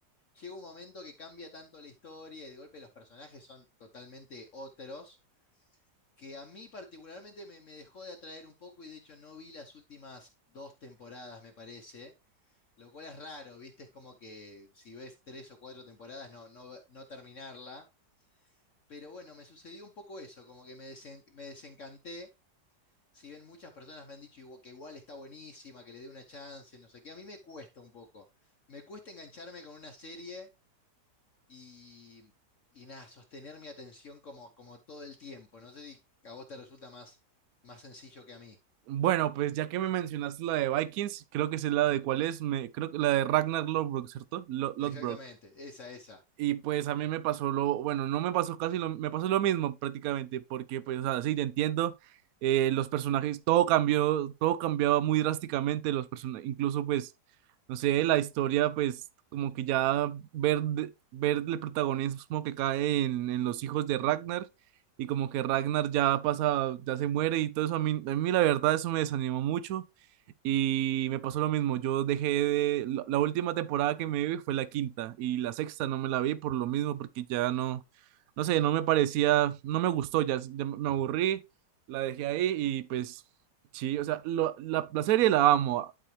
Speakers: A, on the left; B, on the right.
A: llega un momento que cambia tanto la historia y de golpe los personajes son totalmente otros, que a mí particularmente me, me dejó de atraer un poco y de hecho no vi las últimas dos temporadas, me parece, lo cual es raro, ¿viste? Es como que si ves tres o cuatro temporadas no, no, no terminarla. Pero bueno, me sucedió un poco eso, como que me, desen- me desencanté. Si bien muchas personas me han dicho que igual está buenísima, que le dé una chance, no sé qué, a mí me cuesta un poco. Me cuesta engancharme con una serie y, y nada, sostener mi atención como, como todo el tiempo. No sé si a vos te resulta más, más sencillo que a mí.
B: Bueno, pues ya que me mencionaste la de Vikings, creo que es la de cuál es, me, creo que la de Ragnar Lodbrok, ¿cierto? Lo- Lodbrok.
A: Exactamente, esa, esa.
B: Y pues a mí me pasó lo, bueno, no me pasó casi lo, me pasó lo mismo prácticamente, porque pues, o sea, sí, te entiendo, eh, los personajes, todo cambió, todo cambiaba muy drásticamente, los personajes, incluso pues, no sé, la historia, pues, como que ya ver, de- ver el protagonismo que cae en, en los hijos de Ragnar, y como que Ragnar ya pasa, ya se muere y todo eso, a mí, a mí la verdad eso me desanimó mucho, y me pasó lo mismo, yo dejé de... La, la última temporada que me vi fue la quinta y la sexta no me la vi por lo mismo, porque ya no, no sé, no me parecía, no me gustó, ya, ya me aburrí, la dejé ahí y pues sí, o sea, lo- la, la serie la amo,